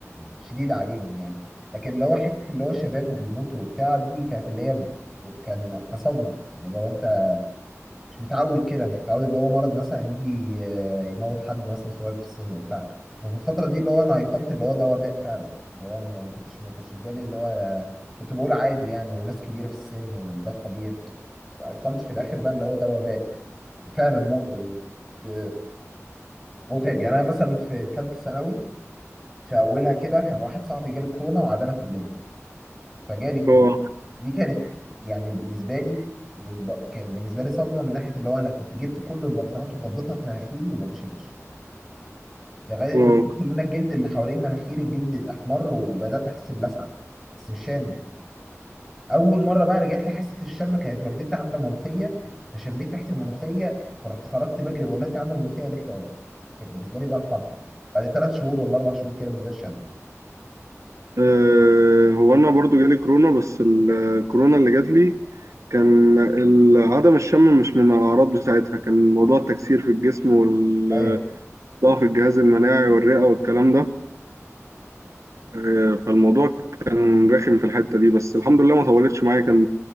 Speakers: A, in the centre; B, on the right.
A: شديدة عليهم يعني لكن اللي هو حتة اللي هو شباب وبيموتوا وبتاع دي كانت اللي هي ب- كان كصدمة يعني لو أنت مش متعود كده مش متعود اللي هو مرض مثلا يجي آه، يموت حد مثلا صغير في السن وبتاع وفي الفترة دي اللي هو أنا أيقنت اللي هو ده وباء فعلا اللي هو أنا ما كنتش ما كانش في بالي اللي هو كنت بقول عادي يعني وناس كبيرة في السن وده الطبيعي أيقنت في الآخر بقى اللي هو ده وباء وفعلا مو... آه، متعب يعني أنا مثلا في ثالثة ثانوي في أولها كده كان واحد صاحبي جاله كورونا وعدنا كلنا فجالي كورونا
B: اه
A: دي كانت يعني بالنسبه لي للب... كانت بالنسبه لي صدمه من ناحيه اللي هو انا كنت جبت كل البرفانات وفضيتها في مناخيري وما بشمش لغايه
B: آه.
A: لدرجه ان انا الجلد اللي حوالين مناخيري الجلد الاحمر وبدات احس بلسعه بس مش شامم اول مره بقى رجعت لي حاسه الشم كانت والدتي عامله ملوخيه فشميت ريحه الملوخيه فرحت خرجت بجري بقول لها انت عامله ملوخيه قالت لي اه كانت بالنسبه لي بقى الفرحه بعد ثلاث شهور ولا اربع شهور كده من غير شم
B: آه، هو انا برضو جالي كورونا بس الكورونا اللي جات لي كان ال- عدم الشم مش من الاعراض بتاعتها كان موضوع التكسير في الجسم والضعف
A: ايوه
B: الجهاز المناعي والرئة والكلام ده آه، فالموضوع كان رخم في الحتة دي بس الحمد لله ما طولتش معايا كان